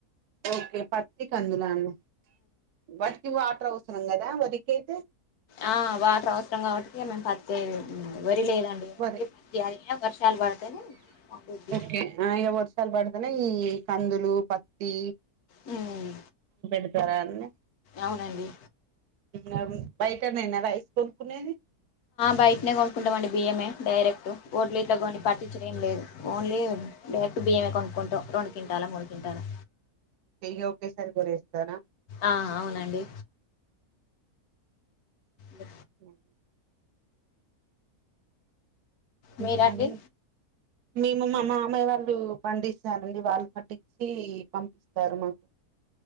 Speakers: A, on the right; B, on the left.
A: ఓకే పత్తి కందులాలు వాటికి వాటర్ అవసరం కదా వరికి అయితే
B: ఆ వాటర్ అవసరం కాబట్టి మేము ప వరి లేదండి
A: వరి
B: ప అది వర్షాలు పడితేనే పండుద్ది
A: <unintelligible> వర్షాలు పడుతున్నా ఈ కందులు పత్తి
B: హ్మ్
A: పెడతారా అన్నీ
B: అవునండి
A: బిరియాని బయట నేనా రైస్ కొనుక్కునేది
B: బయటనే కొనుక్కుంటామండి బియ్యమే డైరెక్ట్ ఓట్లీ ఇట్లా కొని పట్టించడం లేదు ఓన్లీ డైరెక్ట్ బియ్యమే కొనుక్కుంటాం రెండు కింటాలో మూడు కింటాలో
A: నెయ్యి ఒకేసారి కొనేసుకోనా
B: ఆ అవునండి బ
A: హ్మ్ ఇంకాను
B: మీరండి
A: మేము మా మామయ్య వాళ్ళు పండిస్తారండి వాళ్ళు పట్టించి పంపిస్తారు మాకు